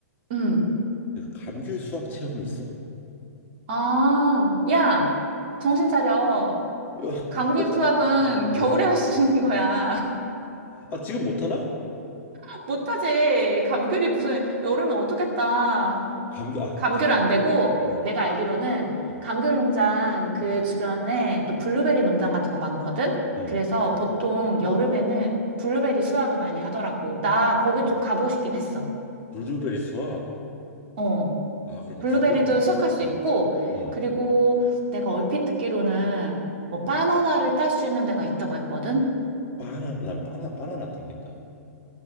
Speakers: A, on the right (about 45°); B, on the left (about 25°).
A: 응.
B: 그 감귤 수확 체험이 있어.
A: 아, 야, 정신 차려.
B: <laughs>
A: 감귤 수확은 겨울에
B: 응.
A: 할 수 있는 거야.
B: 아, 지금 못하나?
A: <laughs> 못하지. 감귤이 무슨 여름에 어떻겠다.
B: 감기, 아,
A: 감귤
B: 감기.
A: 안 되고
B: 응,
A: 내가 알기로는
B: 응,
A: 감귤 농장 그
B: 응,
A: 주변에 또
B: 응,
A: 블루베리 농장 같은 거 많거든?
B: 응.
A: 그래서 보통 여름에는 블루베리 수확을 많이 하더라고. 나 거기 좀
B: 응.
A: 가보고 싶긴 했어.
B: 블루베리 수학.
A: 어.
B: 아, 그럼
A: 블루베리도
B: 블루.
A: 수확할 수
B: 응,
A: 있고,
B: 응.
A: 그리고 내가 얼핏 듣기로는 뭐 바나나를 딸 수 있는 데가 있다고 했거든?
B: 바나, 난 바나, 바나나 땡긴다.